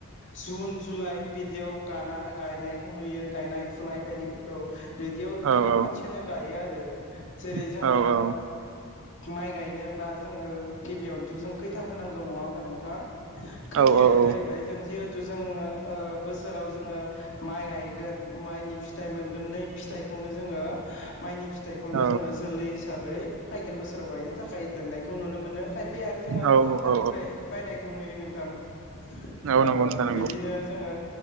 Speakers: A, on the left; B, on the right.
A: जुन जुलाइ बिदियाव गाना गा गायनायखौ नुयो। गायनाय फुनाय बायदिफोरखौ बिदियाव
B: औ
A: गोबां
B: औ
A: मानसियानो गायो आरो। जेरै
B: औ
A: जों दा माइ गायनोबा जोङो गिबियावनोथ' जों खैथा होनांगौ नङा होमबा नोंथां? खैथिया
B: औ औ
A: जाहैबाय
B: औ
A: जों जिहेथु जोङो ओ बोसोराव जोङो माइ गायगोन माइनि फिथाइ मोनगोन। नै फिथाइखौनो जोङो माइनि फिथाइखौनो
B: औ
A: जोङो जोलै हिसाबै फैगोन बोसोराव गायनो थाखाय दोननायखौ नुनो मोनो। खायफाया आरो जोङो
B: औ
A: दखानफोरनिफ्राय
B: औ
A: बायनायखौ खौ नुयो नोंथां। ओ
B: औ नंगौ नोंथां नंगौ
A: बिदिनो जोङो